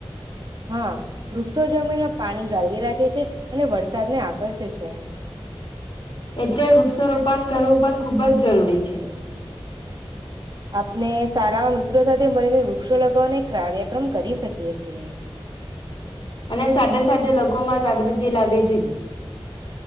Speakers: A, on the right; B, on the left.
A: હા વૃક્ષો જમીનમાં પાણી જાળવી રાખે છે અને વરસાદને આકર્ષે છે.
B: એટલે વૃક્ષ રોપણ કરવું પણ ખુબ જ જરૂરી છે.
A: આપણે સારા મિત્રો સાથે મળરીને ર વૃક્ષો લગાવને કાર્યક્રમ કરી શકીએ છીએ.
B: અને સાથે સાથે લોકો માં જાગૃતિ લાવવી જોઈએ.